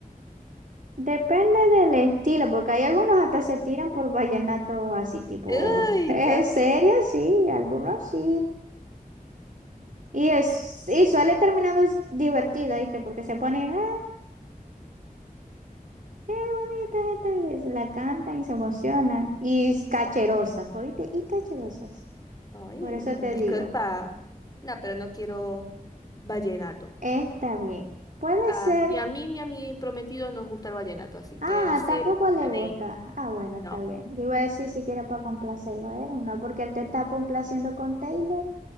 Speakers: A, on the right; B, on the left.
A: Depende del estilo, porque hay algunos hasta se tiran por vallenatos así, tipo,
B: ¡Ay,
A: <laughs> ¿en
B: qué asco!
A: serio? Sí, algunos sí. Y, es, y suele terminando s- divertido, ¿viste? Porque se ponen, ¡ah, qué bonita esta! y se la cantan y se emocionan. Y s- cacherosas, ¿oíste? Y cacherosas.
B: Ay,
A: Por eso te
B: disculpa.
A: digo,
B: No, pero no quiero vallenato.
A: está bien. Puede
B: Ah,
A: ser
B: ni a mí ni a mi prometido nos gusta el vallenato, así que
A: Ah,
B: cero.
A: tampoco le
B: Nenén.
A: gusta. Ah, bueno,
B: No.
A: está bien. Yo iba a decir siquiera para complacerlo a él, ¿no? Porque él te está complaciendo con Taylor,